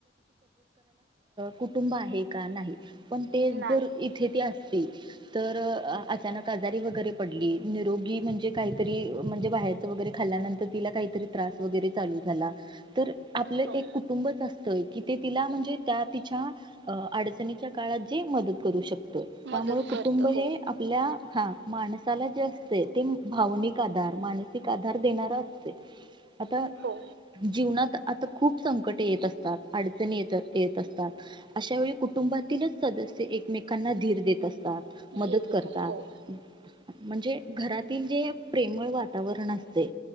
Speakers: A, on the right; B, on the right.
A: कुटुंब आहे का नाही पण तेच
B: नाही
A: जर इथे ती असती तर अचानक आजारी व <unintelligible> पडली निरोगी म्हणजे काहीतरी म्हणजे बाहेरच वगैरे खाल्ल्यानंतर तिला काहीतरी त्रास वगैरे चालू झाला, तर आपलं
B: हो
A: एक कुटुंबच असतंय कि ते तिला म्हणजे त्या तिच्या अडचणीच्या काळात जे मदत करू शकत
B: मदत
A: त्यामुळे कुटुंब
B: करत
A: हे
B: हो
A: आपल्या हा माणसाला जास्त ते भावनिक आधार मानसिक आधार देणारा ते आता
B: हो
A: जीवनात आता खूप संकट येत असतात अडचणी येत येत असतात अशा वेळी कुटुंबातीलच सदस्य एकमेकांना धीर देत असतात
B: घे
A: मदत
B: देतात
A: करतात
B: हो
A: म्हणजे घरातील जे प्रेमळ वातावरण असतय